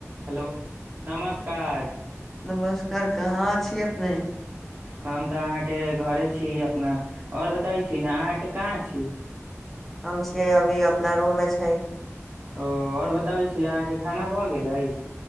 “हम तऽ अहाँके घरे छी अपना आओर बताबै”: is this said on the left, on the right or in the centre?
Right